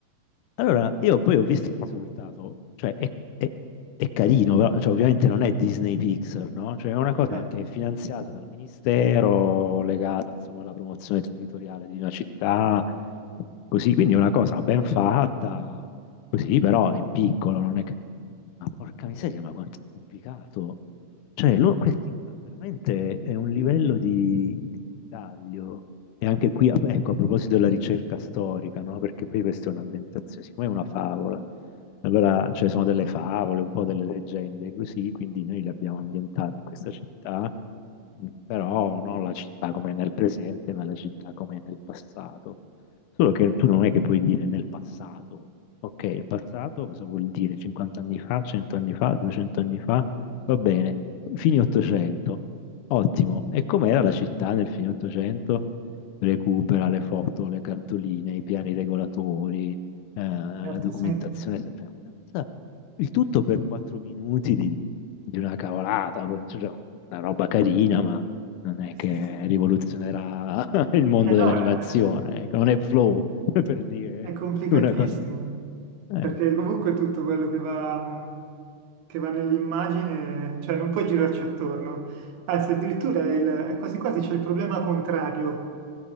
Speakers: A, on the left; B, on the right.
A: Allora, io poi ho visto il risultato, cioè è, è- è carino, però, cioè, ovviamente non è Disney Pixar, no? Cioè è una cosa
B: Eh,
A: che è finanziata dal ministero, legata insomma alla promozione territoriale di una città, così, quindi è una cosa ben fatta, così, però in piccolo, non è che... Ma porca miseria, ma quanto è complicato. Cioè, lo- questi qua veramente è un livello di, di taglio. E anche qui, ap- ecco, a proposito della ricerca storica, no? Perché poi questa è un'ambientazione, siccome è una favola, allora, cioè, sono delle favole, un po' delle leggende, così, quindi noi le abbiamo ambientate in questa città, mh, però non la città come è nel presente, ma la città come è nel passato. Solo che tu non è che puoi dire nel passato Ok, il passato cosa vuol dire? 50 anni fa, 100 anni fa, 200 anni fa? Va bene, fine 800. Ottimo. E com'era la città nel fine 800? Recupera le foto, le cartoline, i piani regolatori, eh, la
B: certo,
A: documentazione.
B: sì.
A: Cioè, una cosa- Il tutto per 4 minuti di, di una cavolata, poi, cioè, una roba carina, ma non è che
B: Sì, sì.
A: rivoluzionerà <laughs> il mondo
B: Eh, no,
A: dell'animazione.
B: eh,
A: ecco, Non è flow, <laughs> per dire
B: È complicatissimo,
A: una cosa. eh.
B: perché comunque tutto quello che va, mh, che va nell'immagine, cioè non puoi girarci attorno. Anzi, addirittura è il- è quasi quasi c'è il problema contrario,